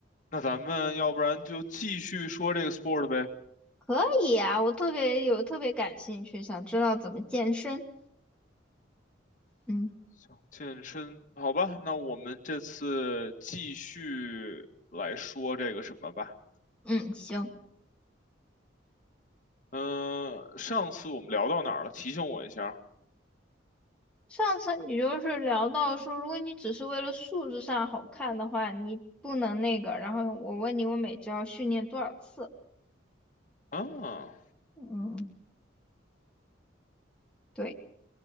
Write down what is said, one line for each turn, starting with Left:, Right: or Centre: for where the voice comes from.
Left: 那咱们要不然就继续说这个 sport 呗。
Centre: 可以啊，我特别有特别感兴趣，想知道怎么健身。嗯
Left: 想健身，好吧？那我们这次继续来说这个什么吧。
Centre: 嗯，行。
Left: 嗯，上次我们聊到哪儿了？提醒我一下。
Centre: 上次你就是聊到说，如果你只是为了数字上好看的话，你不能那个。然后我问你，我每周要训练多少次？
Left: 啊，
Centre: 嗯，对，